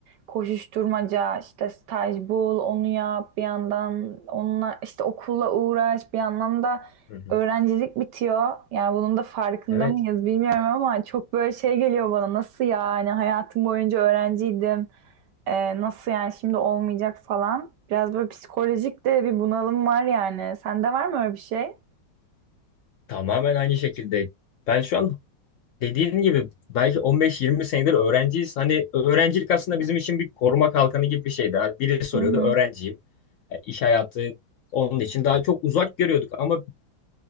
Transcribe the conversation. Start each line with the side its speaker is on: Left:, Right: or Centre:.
Right: koşuşturmaca işte staj bul onu yap bir yandan onunla işte okulla uğraş bir yandan da
Left: Hı hı.
Right: öğrencilik bitiyor. Yani bunun da farkında
Left: Evet.
Right: mıyız bilmiyorum ama çok böyle şey geliyor bana nasıl yani hayatım boyunca öğrenciydim. Ee, nasıl yani şimdi olmayacak falan. Biraz böyle psikolojik de bir bunalım var yani. Sende var mı öyle bir şey?
Left: Tamamen aynı şekilde. Ben şu an dediğin gibi belki 15-20 senedir öğrenciyiz. Hani öğrencilik aslında bizim için bir koruma kalkanı gibi bir şeydi. Hani biri soruyordu
Right: Hı hı.
Left: öğrenciyim. E, iş hayatı onun için daha çok uzak görüyorduk ama